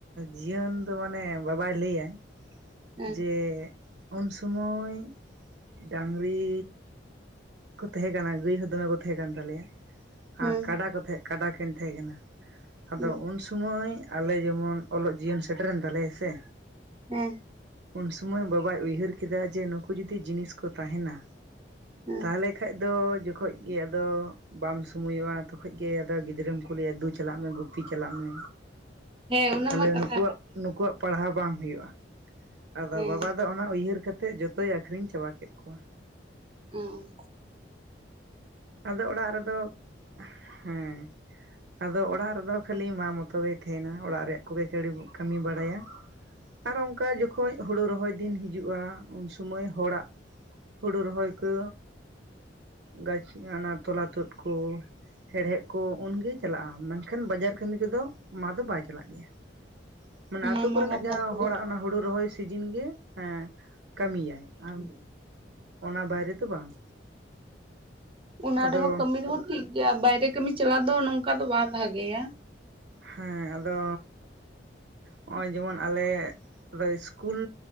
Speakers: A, on the right; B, on the right.
A: ᱡᱤᱭᱚᱱ ᱫᱚ ᱢᱟᱱᱮ ᱵᱟᱵᱟᱭ ᱞᱟᱹᱭᱟᱭ
B: ᱦᱮᱸ
A: ᱡᱮ ᱩᱱ ᱥᱩᱢᱚᱭ ᱰᱟᱝᱨᱤ ᱠᱚ ᱛᱟᱦᱮᱸ ᱠᱟᱱᱟ ᱜᱟᱹᱭ ᱦᱚᱸ ᱫᱚᱢᱮ ᱠᱚ ᱛᱟᱦᱮᱸ ᱠᱟᱱ ᱛᱟᱞᱮᱭᱟ
B: ᱦᱮᱸ
A: ᱟᱨ ᱠᱟᱰᱟ ᱠᱚ ᱛᱟᱦᱮᱸ ᱠᱟᱰᱟᱠᱤᱱ ᱛᱟᱦᱮᱸ ᱠᱟᱱᱟ ᱟᱫᱚ
B: ᱦᱮᱸ
A: ᱩᱱ ᱥᱚᱢᱚᱭ ᱟᱞᱮ ᱡᱮᱢᱚᱱ ᱚᱞᱚᱜ ᱡᱤᱭᱚᱱ ᱥᱮᱴᱮᱨᱮᱱ ᱛᱟᱞᱮᱭᱟ ᱥᱮ
B: ᱦᱮᱸ
A: ᱩᱱᱥᱚᱢᱟᱹᱭ ᱵᱟᱵᱟᱭ ᱩᱭᱦᱟᱹᱨ ᱠᱮᱫᱟ ᱡᱮ ᱱᱩᱠᱩ ᱡᱩᱫᱤ ᱡᱤᱱᱤᱥ ᱠᱚ ᱛᱟᱦᱮᱱᱟ
B: ᱦᱮᱸ
A: ᱛᱟᱦᱞᱮ ᱠᱷᱟᱡ ᱫᱚ ᱡᱚᱠᱷᱚᱡ ᱜᱤ ᱟᱫᱚ ᱵᱟᱢ ᱥᱩᱢᱚᱭᱚᱜᱼᱟ ᱛᱚᱠᱷᱚᱡ ᱜᱮ ᱟᱫᱚ ᱜᱤᱫᱽᱨᱟᱹᱢ ᱠᱳᱞᱮᱭᱟ ᱫᱩ ᱪᱟᱞᱟᱜ ᱢᱮ ᱜᱩᱯᱤ ᱪᱟᱞᱟᱜ ᱢᱮ
B: ᱦᱮᱸ ᱚᱱᱟ
A: ᱛᱟᱦᱞᱮ
B: ᱢᱟ ᱠᱟᱛᱷᱟ
A: ᱱᱩᱠᱩᱣᱟᱜ
B: ᱠᱟᱱ
A: ᱱᱩᱠᱩᱣᱟᱜ ᱯᱟᱲᱦᱟᱣ ᱵᱟᱝ ᱦᱩᱭᱩᱜᱼᱟ ᱟᱫᱚ
B: ᱦᱮᱸ
A: ᱵᱟᱵᱟ ᱫᱚ ᱚᱱᱟ ᱩᱭᱦᱟᱹᱨ ᱠᱟᱛᱮᱫ ᱡᱚᱛᱚᱭ ᱟᱠᱷᱨᱤᱧ ᱪᱟᱵᱟ ᱠᱮᱜ ᱠᱚᱣᱟ
B: ᱚᱸ
A: ᱟᱫᱚ ᱚᱲᱟᱜ ᱨᱮᱫᱚ ᱦᱮᱸ, ᱟᱫᱚ ᱚᱲᱟᱜ ᱨᱮᱫᱚ ᱠᱷᱟᱹᱞᱤ ᱢᱟ ᱢᱚᱛᱚ ᱜᱮ ᱛᱟᱸᱦᱮᱱᱟ ᱚᱲᱟᱜ ᱨᱮᱭᱟᱜ ᱠᱚᱜᱮ ᱠᱟᱹᱢᱤ ᱵᱟᱲᱟᱭᱟ᱾
B: <inaudible>
A: ᱟᱨ ᱚᱱᱠᱟ ᱡᱚᱠᱷᱚᱡ ᱦᱩᱲᱩ ᱨᱚᱦᱚᱭ ᱫᱤᱱ ᱦᱤᱡᱩᱜᱼᱟ᱾ ᱩᱱ ᱥᱚᱢᱚᱭ ᱦᱚᱲᱟᱜ, ᱦᱩᱲᱩ ᱨᱚᱦᱚᱭ ᱠᱚ ᱜᱟᱹᱪᱷᱤ ᱚᱱᱟ ᱛᱚᱞᱟ ᱛᱩᱫ ᱠᱚ, ᱦᱮᱸᱲᱦᱮᱫ ᱠᱚ ᱩᱱᱜᱮ ᱪᱟᱞᱟᱜᱼᱟ ᱢᱮᱱᱠᱷᱟᱱ ᱵᱟᱡᱟᱨ ᱠᱟᱹᱢᱤ ᱠᱚᱫᱚ ᱢᱟ ᱫᱚ ᱵᱟᱭ ᱪᱟᱞᱟᱜ ᱜᱮᱭᱟ᱾ ᱢᱟᱱᱮ
B: ᱚᱱᱟ
A: ᱟᱹᱛᱩ
B: ᱢᱟ
A: ᱠᱚᱨᱮᱱᱟᱜ
B: ᱠᱟᱛᱷᱟ
A: ᱡᱟᱸᱦᱟ
B: ᱠᱟᱱ
A: ᱦᱚᱲᱟᱜ
B: ᱜᱮᱭᱟ
A: ᱚᱱᱟ ᱦᱩᱲᱩ ᱨᱚᱦᱚᱭ ᱥᱤᱡᱤᱱ ᱜᱮ ᱮ ᱠᱟᱹᱢᱤᱭᱟᱭ,
B: <unintelligible>
A: ᱟᱨ ᱚᱱᱟ ᱵᱟᱭᱨᱮ ᱫᱚ ᱵᱟᱝ,
B: ᱚᱱᱟ
A: ᱟᱫᱚ
B: ᱨᱮᱸᱦᱚ ᱠᱟᱹᱢᱤ ᱨᱮᱸᱦᱚ ᱴᱷᱤᱠ ᱜᱮᱭᱟ ᱵᱟᱭᱨᱮ ᱠᱟᱹᱢᱤ ᱪᱟᱞᱟᱜ ᱫᱚ ᱱᱚᱝᱠᱟ ᱫᱚ ᱵᱟᱭ ᱵᱷᱟᱹᱜᱮᱭᱟ᱾
A: ᱦᱮᱸ ᱟᱫᱚ, ᱱᱚᱜ-ᱚᱭ ᱡᱮᱢᱚᱱ ᱟᱞᱮ ᱨᱮ ᱥᱠᱩᱞ